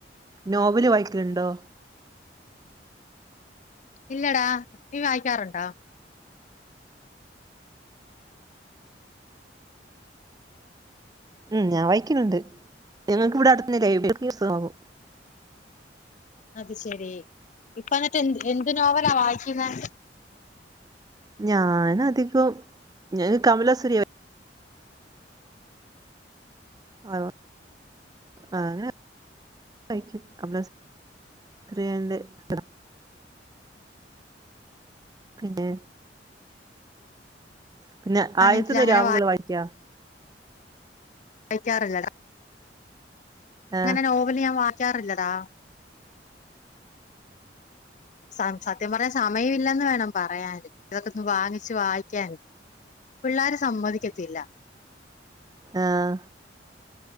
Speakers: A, on the right (about 20°); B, on the left (about 45°).
A: നോവല് വായിക്കലുണ്ടോ
B: ഇല്ലടാ നീ വായിക്കാറുണ്ടോ
A: ഉം ഞാൻ വായിക്കലുണ്ട് ഞങ്ങക്ക് ഇവിടെ അടുത് ലൈബ്രി ഉണ്ട്
B: അത് ശെരി ഇപ്പ എന്നിട്ട് എന്ത് എന്ത് നോവലാ വായിക്കുന്നെ
A: ഞാനധികം ഞ കമലസുരിയ്യ ആവോ ആഹ് അങ്ങനെ വായിക്കും കമ്മ്ലസുരയ്യന്റെ <unintelligible> പിന്നെ പിന്നെ ആയതിന്ന്
B: ആണെങ്കിൽ അങ്ങനെ
A: രാവുകൾ വായിക്ക
B: വായിക്കാറില്ലടാ
A: ആഹ്
B: അങ്ങനെ നോവല് ഞാൻ വായിക്കാറില്ലടാ സസത്യം പറഞ്ഞൻ സമയം ഇല്ലേന്ന് വേണം പറയാന് ഇതൊക്കെ ഒന്ന് വാങ്ങിച്ച് വായിക്കാൻ പിള്ളേര് സമ്മതിക്കത്തില്ല
A: അഹ്‌